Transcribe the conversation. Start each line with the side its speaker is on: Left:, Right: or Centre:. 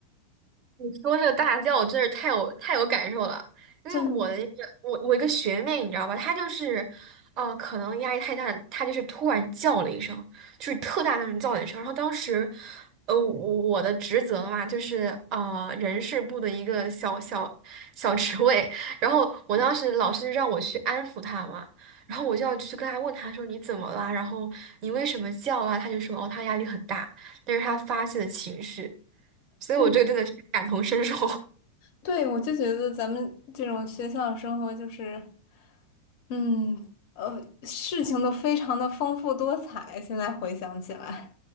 Right: 你说这个大叫，我真是太有太有感受了，因为我的一个我我一个学妹，
Left: 真的吗
Right: 你知道吧，她就是，呃，可能压力太大，她就是突然叫了一声，就是特大那种叫了一声，然后当时，呃，我我的职责嘛，就是呃人事部的一个小小小职位，然后我当时老师让我去安抚她嘛，然后我就要去跟她问她说你怎么啦，然后你为什么叫啊？她就说哦，她压力很大，那是她发泄的情绪。所以我这个真的是感同身受。
Left: 对对，我就觉得咱们这种学校生活就是，嗯呃，事情都非常的丰富多彩，现在回想起来。